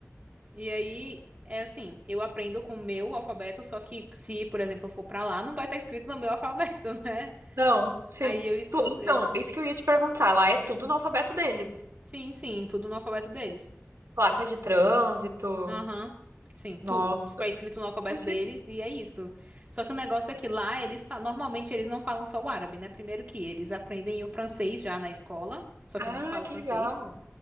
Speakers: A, on the right; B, on the right.
A: E aí, é assim, eu aprendo com o meu alfabeto, só que se, por exemplo, eu for pra lá, não vai estar escrito no meu <laughs> alfabeto, né?
B: Não, sim.
A: Aí eu escuto,
B: Tu- então,
A: eu estudo.
B: isso que eu ia te perguntar. Lá é tudo no alfabeto deles.
A: Sim, sim, tudo no alfabeto deles.
B: Placa de trânsito.
A: Aham. Sim, tudo.
B: Nossa.
A: Tipo, é escrito no alfabeto
B: Imagina.
A: deles e é isso. Só que o negócio é que lá eles fa- normalmente eles não falam só o árabe, né? Primeiro que eles aprendem o francês já na escola, só que
B: Ah,
A: eu não falo
B: que
A: francês.
B: legal.